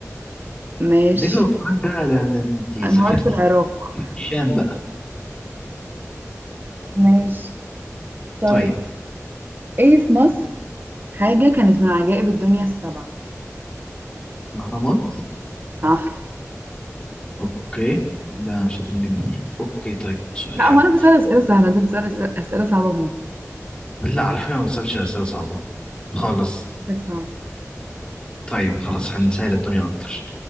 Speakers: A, on the right (about 40°); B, on the left (about 20°).
A: ماشي
B: دجلة والفرات ده ده انت سافرتي
A: أنهار في العراق
B: الشام بقى
A: ماشي طيب
B: طيب
A: إيه في مصر حاجة كانت من عجائب الدنيا السبعة
B: الاهرامات
A: صح
B: اوكي ده شاطر جدا يعني اوكي طيب سؤال
A: لا
B: حلو
A: هو أنا بسأل أسئلة سهلة أنت بتسأل أسئلة أسئلة صعبة موت
B: لا على فكرة ما بسألش أسئلة صعبة خالص
A: أسئلتك صعبة
B: طيب خلاص هنسهل الدنيا أكتر